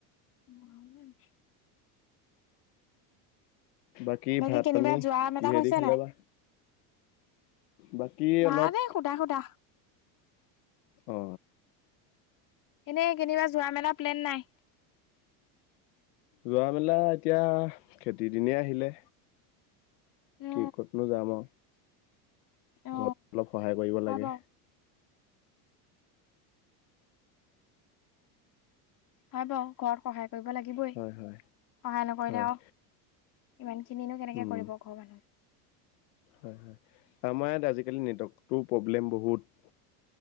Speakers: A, on the left; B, on the left.
A: <unintelligible>
B: বাকী
A: বাকি
B: ভাত
A: কেনিবা
B: পানী
A: যোৱা মেলা
B: কিহেদি
A: হৈছে
B: খালে
A: নাই
B: বা বাকী
A: <unintelligible>
B: অলপ
A: সুধা সুধা।
B: অ।
A: এনেই কেনিবা যোৱা মেলা প্লেন নাই?
B: যোৱা মেলা এতিয়া খেতি দিনেই আহিলে।
A: অ
B: কি কতনো যাম আৰু।
A: অ
B: ঘৰত অলপ সহায় কৰিব
A: হয়
B: লাগে।
A: বাৰু হয় বাৰু ঘৰত সহায় কৰিব লাগিবই,
B: হয় হয়
A: সহায় নকৰিলে
B: হয়
A: আৰু ইমানখিনিনো কেনেকৈ
B: উম
A: কৰিব ঘৰৰ মানুহ।
B: হয় হয় আমাৰ ইয়াত আজিকালি নেটৱৰ্কটো প্ৰব্লেম বহুত।